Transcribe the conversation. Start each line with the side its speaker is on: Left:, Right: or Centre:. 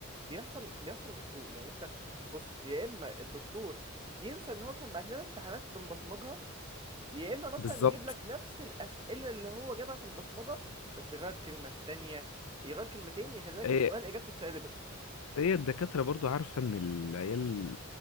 Right: بيحصل بيحصل الخازوق يعني انت بص يا اما الدكتور ينسى ان هو كان بعت لنا امتحانات بنبصمجها يا اما مثلا
Left: بالظبط
Right: يجيب لك نفس الاسئله اللي هو جابها في البصمجه بس يغير كلمه تانية يغير كلمتين يخلي لك
Left: آه،
Right: السؤال اجابته اتشقلبت
Left: هي الدكاترة برضو عارفة ان العيال